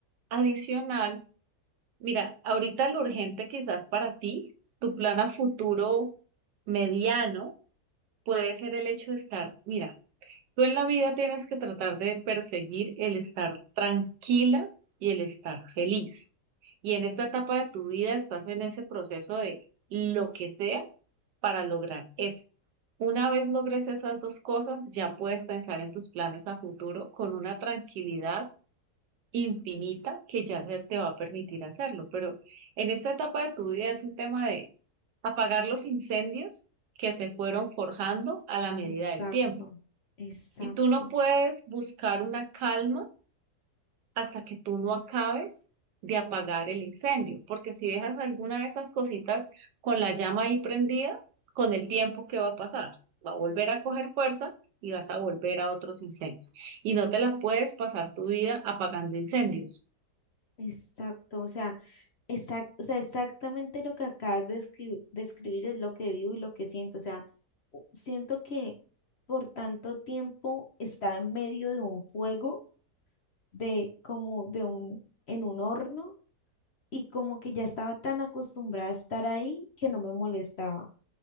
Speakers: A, on the right (about 90°); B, on the left (about 55°).
A: adicional. Mira, ahorita lo urgente quizás para ti, tu plan a futuro mediano puede ser el hecho de estar, mira, tú en la vida tienes que tratar de perseguir el estar tranquila y el estar feliz. Y en esta etapa de tu vida estás en ese proceso de lo que sea para lograr eso. Una vez logres esas dos cosas, ya puedes pensar en tus planes a futuro con una tranquilidad infinita que ya se te va a permitir hacerlo. Pero en esta etapa de tu vida es un tema de apagar los incendios que se fueron forjando a la medida
B: Exacto,
A: del tiempo.
B: exacto,
A: Y tú no puedes buscar una calma hasta que tú no acabes de apagar el incendio, porque si dejas alguna de esas cositas con la llama ahí prendida, con el tiempo, ¿qué va a pasar? Va a volver a coger fuerza y vas a volver a otros incendios. Y no te la puedes pasar tu vida apagando incendios.
B: exacto. O sea, exacto, o sea, exactamente lo que acabas de escri- de escribir es lo que vivo y lo que siento. O sea, u- siento que por tanto tiempo estaba en medio de un fuego de como de un, en un horno y como que ya estaba tan acostumbrada a estar ahí que no me molestaba.